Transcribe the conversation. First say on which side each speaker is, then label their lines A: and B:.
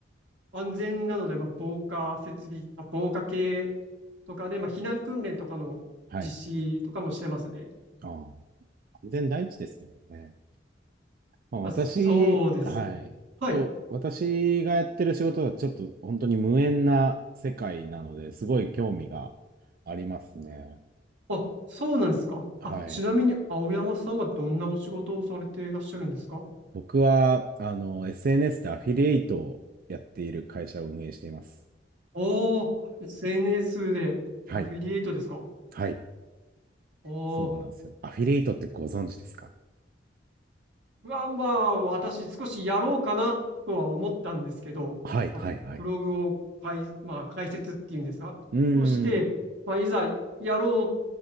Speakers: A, on the right; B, on the right.
A: 安全なので、まあ、防火設備、あ防火系とかで、まあ、避難訓練とかの実
B: はい。
A: 施とかもしてますね。
B: ああ、安全第一ですもんね。まあ、私、
A: あ、そうですね。
B: はい。
A: はい。
B: と、私がやってる仕事はちょっと本当に無縁な世界なので、すごい興味がありますね。
A: あ、そうなんですか。
B: はい。
A: あ、ちなみに青山さんはどんなお仕事をされていらっしゃるんですか
B: 僕は、あの、SNS でアフィリエイトをやっている会社を運営しています。
A: おー、SNS でアフィリエイトですか
B: はい。はい。
A: おー、
B: そうなんですよ。アフィリエイトってご存知ですか
A: は、まあ、私少しやろうかなとは思ったんですけど、
B: はい、
A: まあブログを解、
B: はい、はい。
A: まあ、解説っていうんですか。
B: うーん。
A: そして、まあ、いざやろう